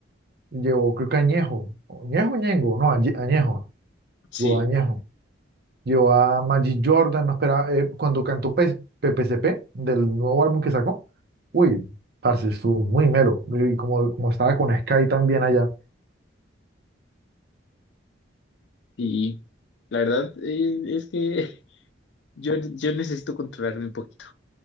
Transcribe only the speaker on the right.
Llevó, creo que Añejo. ¿Añejo, Ñengo? No, Añe- Añejo. Llevó
Añejo. Llevó a Magic Jordan, no esperaba, eh, cuando cantó P- PPCP del nuevo álbum que sacó. Uy, parce, estuvo muy mero. Y como, como estaba con Sky también allá.